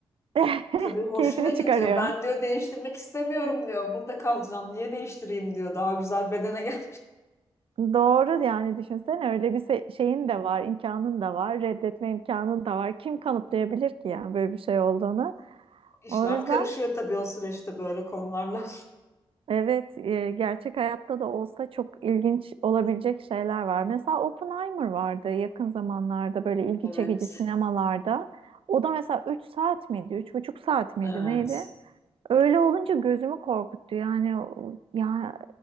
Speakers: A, on the right (about 65°); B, on the left (about 25°).
A: <laughs>
B: Tabii hoşuna
A: keyfini
B: gidiyor.
A: çıkarıyor.
B: Ben diyor değiştirmek istemiyorum diyor. Burada kalacağım. Niye değiştireyim diyor. Daha güzel bedene gel.
A: Doğru yani düşünsene öyle bir se- şeyin de var, imkanın da var, reddetme imkanın da var. Kim kanıtlayabilir ki yani böyle bir şey olduğunu?
B: <laughs> İşler
A: O yüzden
B: karışıyor tabii o süreçte böyle konularla.
A: evet e, gerçek hayatta da olsa çok ilginç olabilecek şeyler var. Mesela Oppenheimer vardı yakın zamanlarda böyle ilgi
B: Evet.
A: çekici sinemalarda. O da mesela 3 saat miydi, üç buçuk saat miydi
B: Evet.
A: neydi? Öyle olunca gözümü korkuttu yani o- ya